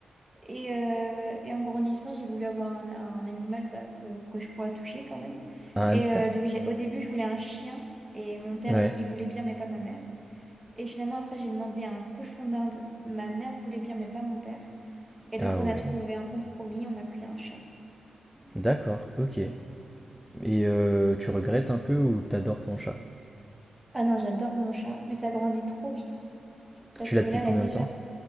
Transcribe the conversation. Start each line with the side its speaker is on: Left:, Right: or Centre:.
Right: Et, euh, et en grandissant, j'ai voulu avoir un, un animal bah, que, que je pourrais toucher quand même.
Centre: Un
Right: Et
Centre: hamster
Right: euh, donc, j'ai, au début, je voulais un chien. Et mon père,
Centre: Ouais.
Right: il il voulait bien, mais pas ma mère. Et finalement, après, j'ai demandé un cochon d'Inde. Ma mère voulait bien, mais pas mon père. Et donc,
Centre: Ah
Right: on
Centre: ouais.
Right: a trouvé un compromis. On a pris un chat.
Centre: D'accord, ok. Et euh, tu regrettes un peu ou t'adores ton chat?
Right: Ah non, j'adore mon chat, mais ça grandit trop vite. Parce
Centre: Tu
Right: que
Centre: l'as depuis
Right: là, elle
Centre: combien
Right: a déjà...
Centre: de temps?